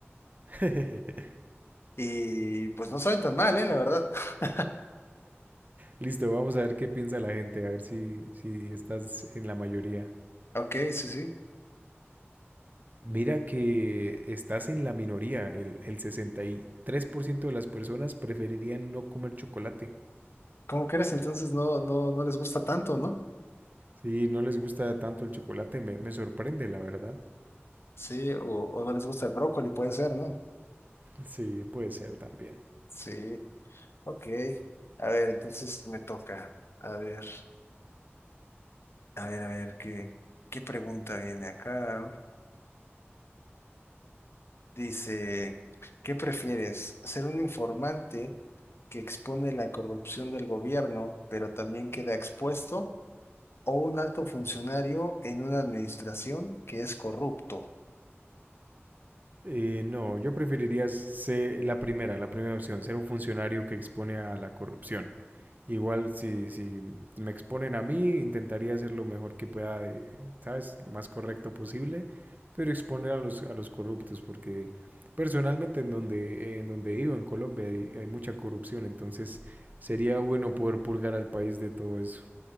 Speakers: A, on the right; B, on the left.
A: <laughs>
B: Y pues no saben tan mal, ¿eh? La verdad. <laughs>
A: Listo, vamos a ver qué piensa la gente, a ver si, si estás en la mayoría.
B: Ok, sí, sí.
A: Mira que estás en la minoría, el, el 63% de las personas preferirían no comer chocolate.
B: ¿Cómo crees? Entonces no, no, no les gusta tanto, ¿no?
A: Sí, no les gusta tanto el chocolate, me, me sorprende, la verdad.
B: Sí, o, o no les gusta el brócoli, puede ser, ¿no?
A: Sí, puede ser también.
B: Sí. Ok, a ver, entonces me toca. A ver, a ver, a ver, ¿qué, qué pregunta viene acá? Dice, ¿qué prefieres? ¿Ser un informante que expone la corrupción del gobierno, pero también queda expuesto? ¿O un alto funcionario en una administración que es corrupto?
A: Eh, no, yo preferiría ser la primera, la primera opción, ser un funcionario que expone a la corrupción. Igual si, si me exponen a mí, intentaría hacer lo mejor que pueda, de, ¿sabes? Lo más correcto posible, pero exponer a los, a los corruptos, porque personalmente en donde, en donde vivo, en Colombia, hay, hay mucha corrupción, entonces sería bueno poder purgar al país de todo eso.